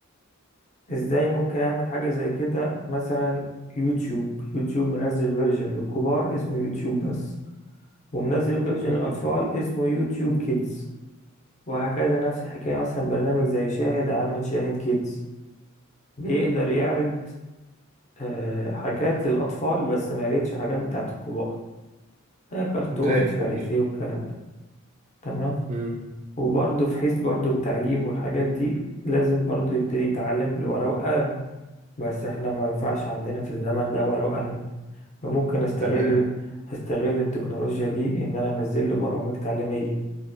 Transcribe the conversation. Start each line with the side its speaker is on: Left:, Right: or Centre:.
Left: ازاي ممكن اعمل حاجة زي كده مثلا يوتيوب يوتيوب منزل فيرجن للكبار اسمه يوتيوب بس ومنزل فيرجن
Right: كويس
Left: للاطفال
Right: جدا
Left: اسمه يوتيوب كيدز وهكذا نفس الحكاية مثلا برنامج زي شاهد عامل شاهد كيدز بيقدر يعرض آه، حاجات للأطفال بس ما قريتش حاجات بتاعة الكبار آه، كرتون
Right: زي
Left: مش
Right: الفل
Left: عارف ايه والكلام ده تمام
Right: امم
Left: وبرضه في حيث برضه التعليم والحاجات دي لازم برضه يبتدي يتعلم بالورقة والقلم بس احنا ما ينفعش عندنا في الزمن ده ورقة وقلم فممكن استغل
Right: تمام
Left: استغل التكنولوجيا دي ان انا انزل له برامج تعليمية